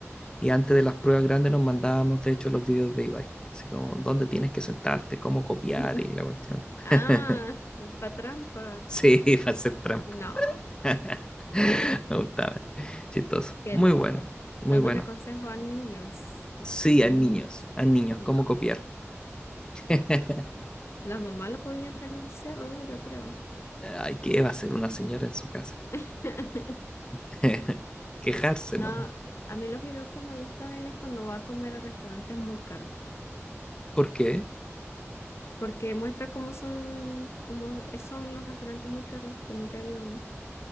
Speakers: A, on the left (about 15°); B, on the left (about 60°).
A: y antes de las pruebas grandes nos mandábamos, de hecho, los videos de Ibai. Así como, ¿dónde tienes que sentarte? ¿Cómo copiar?
B: <laughs>
A: Y la cuestión.
B: Ah,
A: <laughs>
B: pa' trampa.
A: Sí, para hacer trampa.
B: No,
A: <laughs> Me gustaba. Chistoso.
B: qué
A: Muy
B: loco.
A: bueno, muy
B: Dándole
A: bueno.
B: consejo a niños.
A: Sí,
B: A
A: a
B: niños.
A: niños, a niños,
B: No.
A: ¿cómo copiar? <laughs>
B: Las mamás lo podían denunciar o no, yo creo.
A: Ay, ¿qué va a hacer una señora en su casa?
B: <laughs>
A: <laughs> Quejarse
B: No,
A: nomás.
B: a mí los videos que me gustan de él es cuando va a comer a restaurantes muy caros,
A: ¿Por qué?
B: porque muestra cómo son, cómo son los restaurantes muy caros, que nunca he ido a uno.